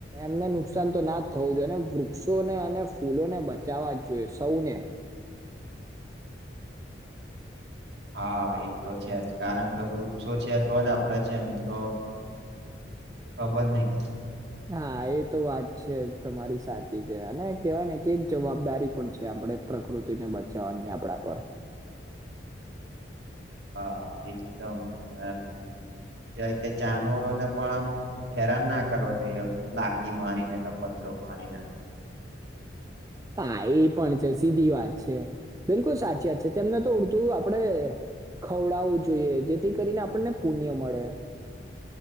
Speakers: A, on the right; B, on the right.
A: એમને નુકસાન તો ના. થવું જોઈએ અને વૃક્ષો ને અને ફૂલોને બચાવવા જ જોઈએ સૌને.
B: હા, એ તો છે જ. કારણ કે, વૃક્ષો છે તો જ આપડે છે, ની તો ખબર નહી.
A: હા, એ તો વાત છે જ. તમારી સાચી છે. અને કહેવાય ને કે એક જવાબદારી પણ છે, આપણેે પ્રકૃતિને બચાવવાની, આપણા પર.
B: હા, એકદમ. હ, કેય કે જાનવરો ને પણ ઓમ હેરાન ના કરવો જોઈએ, લાકડી મારીને કે પથરો મારીને.
A: હા, એ પણ છે, સીધી વાત છે, બિલકુલ સાચી વાત છે. તેમને તો ઉડતુ આપડે ખવડાવું જોઈએ, જેથી કરીને આપણને પુણ્ય મળે.